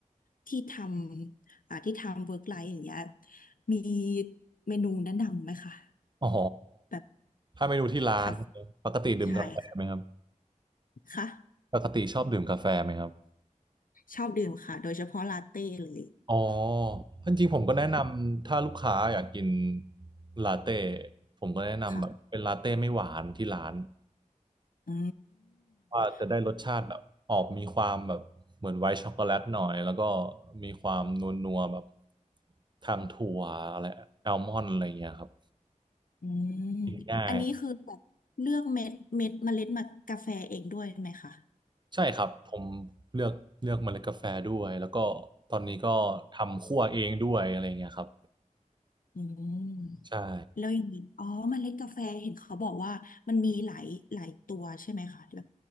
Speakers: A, on the left (about 85°); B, on the right (about 35°).
A: ที่ทำอ่าที่ทำเวิร์กไลฟ์อย่างเงี้ยมีเมนูแนะนำไหมคะ
B: อ๋อ
A: แบบ
B: ถ้าเมนูที่ร้าน
A: คาเฟ่
B: ปกติดื่มกาแฟไหมครับ
A: ใช่ค่ะค่ะ
B: ปกติชอบดื่มกาแฟไหมครับ
A: ชอบดื่มค่ะโดยเฉพาะลาเต้เลย
B: อ๋อจริงๆผมก็แนะนำถ้าลูกค้าอยากกิน
A: ใช่
B: ลาเต้ผมก็แนะนำแบบเป็นลาเต้ไม่หวานที่ร้าน
A: ค่ะอื
B: ว่าจะได้รสชาติแบบออกมีความแบบเหมือนไวท์ช็อกโกแลตหน่อยแล้วก็
A: ม
B: มีความนัวๆแบบทางถั่วอะไรแอลมอนด์อะไรอย่างเงี้ยครับ
A: อืม
B: กินง่าย
A: อันนี้คือแบบเลือกเม็ดเม็ดเมล็ดมากาแฟเองด้วยไหมคะ
B: ใช่ครับผมเลือกเลือกเมล็ดกาแฟด้วยแล้วก็ตอนนี้ก็ทำคั่วเองด้วยอะไรอย่างเงี้ยครับ
A: อืมแล้วอย่างนี้อ๋อเมล็ดกาแฟเห็นเขาบอกว่ามันมีหลายหลายตัวใช่ไหมคะแบบ
B: ใช่